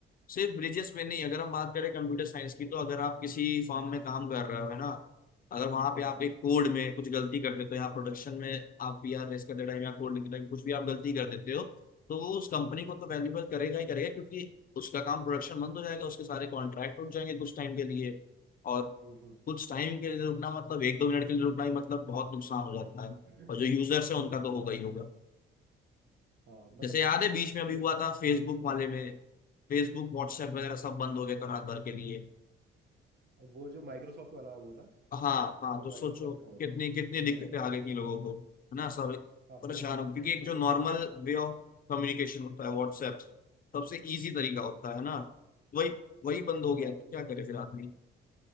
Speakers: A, on the left; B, on the right.
A: सिर्फ ब्रिजेस में नहीं अगर हम बात करें कंप्यूटर
B: हाँ
A: साइंस की तो अगर आप किसी फॉर्म में काम कर रहे हो है ना अगर वहां
B: हाँ
A: पे
B: हाँ
A: आप एक
B: हाँ
A: कोड में कुछ गलती कर देते हो या प्रोडक्शन में आप पी आर रेस कर दे रहे हो या कोड लिख रहे हो कुछ भी आप गलती कर देते हो तो वो उस कंपनी को तो वैल्यूबल करेगा ही करेगा क्योंकि उसका काम प्रोडक्शन बंद हो जाएगा उसके सारे कॉन्ट्रैक्ट रुक जाएंगे कुछ टाइम के लिए और
B: हम्म हम्म
A: कुछ टाइम के लिए रुकना मतलब एक दो मिनट के लिए रुकना ही मतलब बहुत नुकसान हो जाता है
B: हम्म।
A: और जो यूजर्स है उनका तो होगा ही होगा
B: हाँ मतलब
A: जैसे याद है बीच
B: सेम
A: में अभी हुआ था फेसबुक वाले में फेसबुक व्हाट्सएप वगैरह सब बंद हो गए थे रात भर के लिए
B: वो जो माइक्रोसॉफ्ट वाला वो था
A: हाँ हाँ
B: जो
A: तो
B: माइक्रोसॉफ्ट
A: सोचो
B: का वो
A: कितनी
B: था
A: कितनी दिक्कतें
B: हाँ
A: आ गई थी लोगों को है ना सब
B: हाँ
A: परेशान
B: वो
A: हो गए। क्योंकि एक जो
B: वो
A: नॉर्मल
B: तो
A: वे ऑफ कम्युनिकेशन होता है व्हाट्सएप से सबसे इजी तरीका होता है ना वही वही बंद
B: सही
A: हो गया
B: बात
A: तो
B: है
A: क्या
B: उस
A: करे फिर आदमी